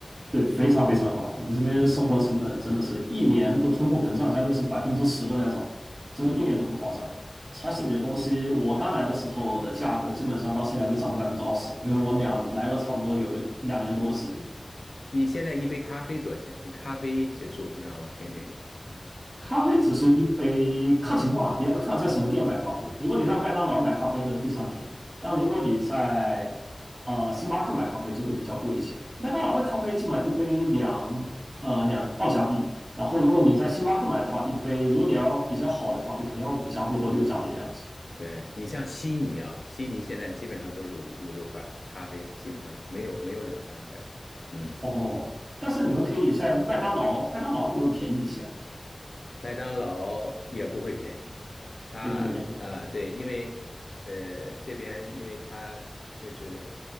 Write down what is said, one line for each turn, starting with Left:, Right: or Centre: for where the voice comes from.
Right: 对，非常非常高。我们这边生活成本真的是一年的通货膨胀将近是百分之十都在涨，
Left: 嗯
Right: 真的一点都不夸张。
Left: 嗯，
Right: 超市里的东西，我刚来的时候的价格基本上到现在就涨了百分之二十，因为我俩来了差不多有个两年多的时间。
Left: 你现在一杯咖啡多少钱？这咖啡指数让我听听。嗯
Right: 咖啡只是一杯，看情况，你要看在什么店买咖啡。如果你在麦当劳买咖啡呢，
Left: 对
Right: 非常便宜；但如果你在呃星巴克买咖啡，
Left: 对
Right: 就会比较贵一些。麦当劳的咖啡基本上一杯两呃两澳加币，然后如果你在星巴克买的话，一杯如果你要比较好的咖啡，肯定要五加币或六加币这样子。
Left: 对，你像悉尼啊，悉尼现在基本上都是五五六块了，咖啡基本上没有没有两三块的。嗯，
Right: 哦，但是你们可以在麦当劳，麦当劳会不会便宜一些啊
Left: 麦当劳也不会便宜，它啊对，
Right: 也不会便宜。
Left: 因为呃这边因为它就是